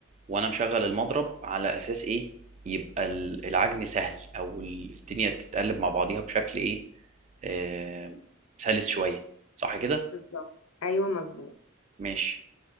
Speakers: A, on the right (about 30°); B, on the left (about 75°).
A: وانا مشغل المضرب على اساس ايه يبقى ال- العجن سهل او ال- الدنيا تتقلب مع بعضيها بشكل ايه آه، سلس شويه صح كده
B: بالظبط ايوه مظبوط
A: ماشي